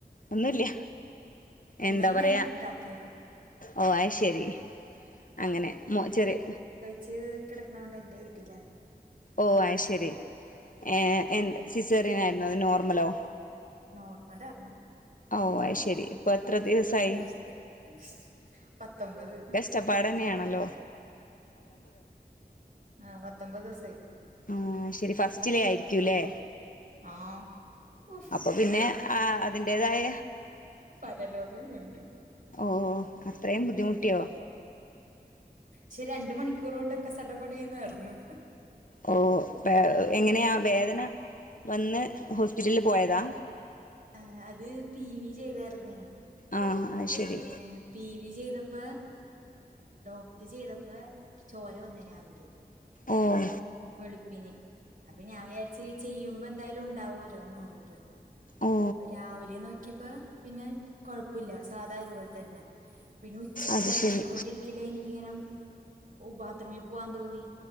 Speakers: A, on the left; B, on the right.
A: ഒന്നൂല്യാ
B: ഉമ്മേനെ
A: എന്താപറയാ
B: ഞാനും ഇക്കാക്കയും
A: ഓ അയ്ശെരി അങ്ങനെ മോ ചെറിയ
B: ച്ച് കിടക്കണോണ്ട് എന്റെ വീട്ടിലാ
A: ഓ അയ്ശെരി ഏഹ് എ സിസേറിയൻ ആയിരുന്നോ അതോ നോർമലോ
B: നോർമലാരുന്നു
A: ഓ അത് ശരി ഇപ്പൊ എത്ര
B: ഒരുപാട്
A: ദിവസായി
B: കഷ്ടപ്പെട്ട് പത്തൊമ്പത്
A: ചപ്പാടന്നെയാണല്ലോ
B: ആഹ് പത്തൊമ്പതൂസായി
A: ആഹ് ശെരി ഫസ്റ്റിലേ ആയിരിക്കുലേ
B: ആഹ് ഉഫ്
A: അപ്പൊപിന്നെ ആ അതിന്റേതായ
B: പരലോകം കണ്ട്
A: ഓഹ് അത്രേയും ബുദ്ധിമുട്ടിയോ
B: ശ്ശേ രണ്ടുമണിക്കൂറുകൊണ്ടൊക്കെ സടപടേന്നാര്ന്നു
A: ഓ വേ എങ്ങനെയാ വേദന വന്ന് ഹോസ്പിറ്റലില് പോയതാ
B: ആഹ് അത് പി വി ചെയ്തായിരുന്നേ
A: ആഹ് അത് ശരി
B: പി പി വി ചെയ്തപ്പ ഡോക്ടറ്റ് ചെയ്തപ്പോ ചോരവന്ന് രാവിലെ
A: ഓഹ്
B: വെളുപ്പിന് അപ്പൊ ഞാൻ വിചാരിച്ച ചെയ്യുമ്പോ എന്തായ്ലും ഉണ്ടാവൊല്ലോന്നോർത്ത്
A: ഓ
B: രാവിലെ നോക്കിയപ്പോ പിന്നെ കൊഴപ്പില്ല സാദാ ഇതുപോൽതന്നെ പിന്നെ ഉച്ചക്കലക്കിക്കൊണ്ടിരിക്കില്ലേ
A: അത് ശരി
B: എനിക്കിങ്ങനെ ഓ ബാത്റൂമിൽ പോവാൻ തോന്നി